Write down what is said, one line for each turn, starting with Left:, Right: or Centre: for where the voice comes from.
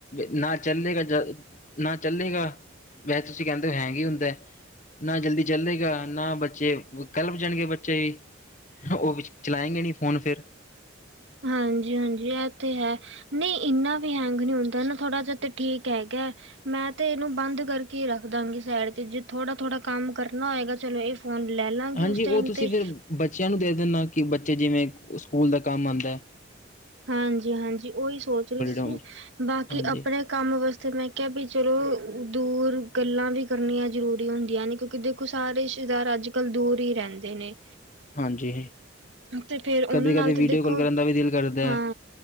Left: ਨਾ ਚੱਲੇਗਾ ਜਾ, ਨਾ ਚੱਲੇਗਾ ਵੈਸੇ ਤੁਸੀਂ ਕੇਂਦੇ ਓ ਹੈਂਗ ਈ ਹੁੰਦੈ। ਨਾ ਜਲਦੀ ਚੱਲੇਗਾ, ਨਾ ਬੱਚੇ ਕੱਲਪ ਜਾਨਗੇ ਬੱਚੇ ਵੀ ਓ ਚਲਾਏਂਗੇ ਨੀ ਫੋਨ ਫੇਰ।
Right: ਹਾਂਜੀ-ਹਾਂਜੀ ਐ ਤੇ ਹੈ। ਨੀ ਇਨਾ ਵੀ ਹੈਂਗ ਨੀ ਹੁੰਦਾ ਨਾ, ਥੋੜਾ ਜਾ ਤੇ ਠੀਕ ਹੈਗਾ ਐ। ਮੈਂ ਤੇ ਏਨੂੰ ਬੰਦ ਕਰਕੇ ਰੱਖਦਾਂਗੀ ਸਾਈਡ ਤੇ ਜੇ ਥੋੜਾ ਥੋੜਾ ਕਾਮ ਕਰਨਾ ਹੋਏਗਾ ਚਲੋ ਇ ਫੋਨ ਲੈ ਲਾਂਗੇ
Left: ਹਾਂਜੀ
Right: ਉਸ
Left: ਉਹ
Right: ਟਾਈਮ
Left: ਤੁਸੀਂ
Right: ਤੇ।
Left: ਫਿਰ ਬੱਚਿਆਂ ਨੂੰ ਦੇ ਦਿੰਦਾ ਕਿ ਬੱਚੇ ਜਿਵੇਂ ਸਕੂਲ ਦਾ ਕੰਮ ਆਉਂਦਾ ਹੈ
Right: ਹਾਂਜੀ ਹਾਂਜੀ ਉਹੀ ਸੋਚ ਰਹੀ ਸੀ
Left: ਹੋਮਵਰਕ
Right: ਬਾਕੀ
Left: ਹਾਂਜੀ
Right: ਆਪਣੇ ਕੰਮ ਵਾਸਤੇ ਮੈਂ ਕਿਹਾ ਵੀ ਚਲੋ ਦੂਰ ਗੱਲਾਂ ਵੀ ਕਰਨੀਆਂ ਜ਼ਰੂਰੀ ਹੁੰਦੀਆਂ ਨੇ ਕਿਉਂਕਿ ਦੇਖੋ ਸਾਰੇ ਰਿਸ਼ਤੇਦਾਰ ਅੱਜ ਕੱਲ੍ਹ ਦੂਰ ਹੀ ਰਹਿੰਦੇ ਨੇ
Left: ਹਾਂਜੀ
Right: ਤੇ ਫੇਰ ਉਹਨਾਂ
Left: ਕਦੇ
Right: ਨਾਲ
Left: ਕਦੇ
Right: ਤੇ
Left: ਵੀਡੀਓ
Right: ਦੇਖੋ
Left: ਕਾਲ ਕਰਨ ਦਾ ਵੀ ਦਿਲ ਕਰਦਾ ਹੈ
Right: ਹਾਂ